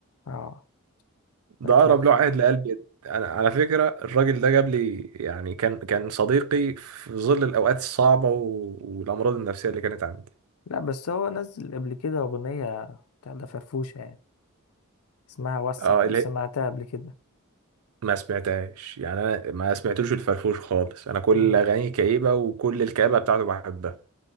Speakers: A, on the left; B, on the right.
A: اه
B: ده
A: شكلك
B: اقرب له واحد لقلبي انا على فكره الراجل ده جاب لي يعني كان كان صديقي في ظل الاوقات الصعبه و- والامراض النفسيه اللي كانت عندي
A: لا بس هو نزل قبل كده اغنية بتاع ده فرفوشة يعني اسمها وسع
B: اه
A: لو
B: اللي
A: سمعتها
B: هي
A: قبل كده
B: ما سمعتهاش يعني انا ما سمعتلوش الفرفوش خالص انا كل
A: مم.
B: اغانيه كئيبه وكل الكآبه بتاعته بحبها